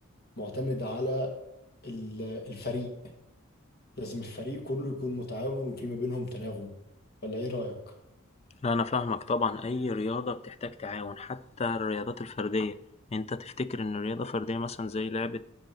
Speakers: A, on the left; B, on the left.
A: معتمدة على ال- الفريق لازم الفريق كله يكون متعاون وفي ما بينهم تناغم ولا ايه رأيك؟
B: لا أنا فاهمك طبعًا، أي رياضة بتحتاج تعاون، حتى الرياضات الفردية، أنت تفتكر إن رياضة فردية مثلًا زي لعبة